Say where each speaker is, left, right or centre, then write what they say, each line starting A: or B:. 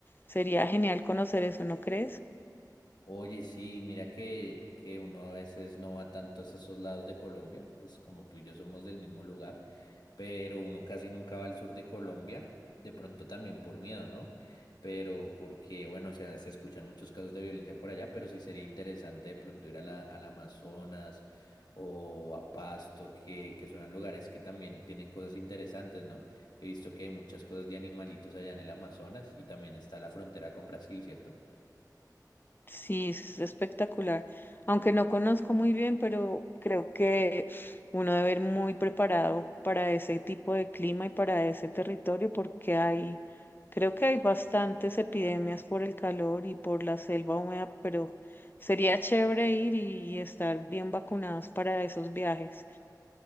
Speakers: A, on the left (about 30°); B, on the left (about 75°).
A: Sería genial conocer eso, ¿no crees?
B: Oye, sí, mira que, que uno a veces no va tanto a esos lados de Colombia, pues como tú y yo somos del mismo lugar, pero uno casi nunca va al sur de Colombia, de pronto también por miedo, ¿no? Pero porque, bueno, o sea, se escuchan muchos casos de violencia por allá, pero sí sería interesante de pronto ir a la, al Amazonas o a Pasto, que, que son lugares que también tienen cosas interesantes, ¿no? He visto que hay muchas cosas de animalitos allá en el Amazonas y también está la frontera con Brasil, ¿cierto?
A: Sí, es espectacular. Aunque no conozco muy bien, pero creo que uno debe ir muy preparado para ese tipo de clima y para ese territorio porque hay, creo que hay bastantes epidemias por el calor y por la selva húmeda, pero sería chévere ir y, y estar bien vacunados para esos viajes.